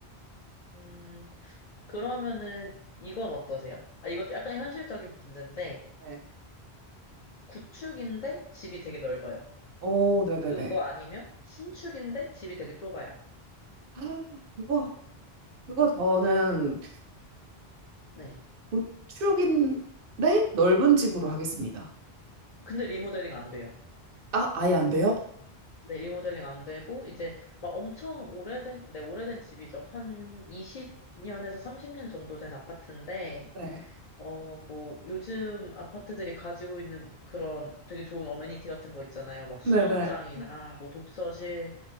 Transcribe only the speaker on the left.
음, 그러면은 이건 어떠세요? 아, 이것도 약간 현실적인 문제인데,
구축인데 집이 되게 넓어요.
그거 아니면 신축인데 집이 되게 좁아요.
네.
근데 리모델링 안 돼요.
네, 리모델링 안 되고, 이제 막 엄청 오래된, 네, 오래된 집이죠. 한 20년에서 30년 정도 된 아파트인데,
어, 뭐, 요즘 아파트들이 가지고 있는 그런 되게 좋은 어메니티 같은 거 있잖아요. 막 수영장이나
뭐 독서실